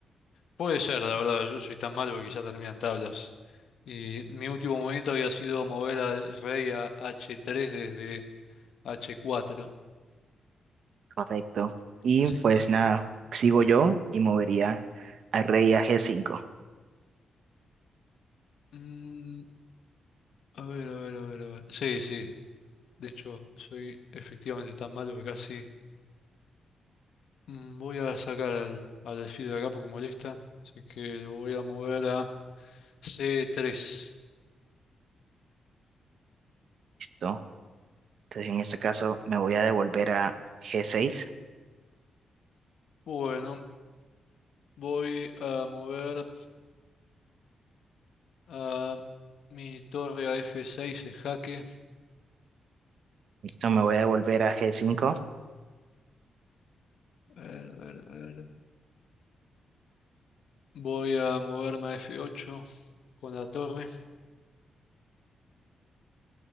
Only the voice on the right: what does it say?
Correcto. Y
pues nada, sigo yo y movería al rey
a G5.
¿Listo? Entonces en este caso me voy a devolver a G6.
¿Listo? Me voy a devolver a G5.